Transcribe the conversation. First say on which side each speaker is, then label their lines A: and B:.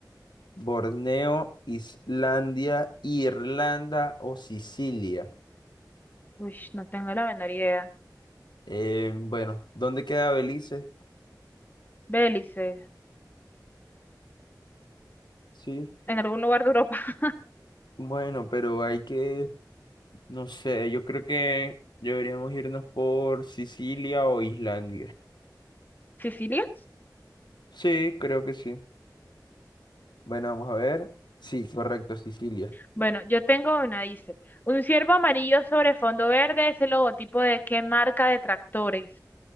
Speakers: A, on the left; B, on the left.
A: ¿Borneo, Islandia, Irlanda o Sicilia?
B: Uy, no tengo la menor idea.
A: Eh, bueno, ¿dónde queda Belice?
B: Bélice,
A: Sí.
B: en algún lugar de Europa. <laughs>
A: Bueno, pero hay que, no sé, yo creo que deberíamos irnos por Sicilia o Islandia.
B: ¿Sicilia?
A: Sí, creo que sí. Bueno, vamos a ver. Sí, correcto, Sicilia.
B: Bueno, yo tengo una, dice. Un ciervo amarillo sobre fondo verde es el logotipo de qué marca de tractores.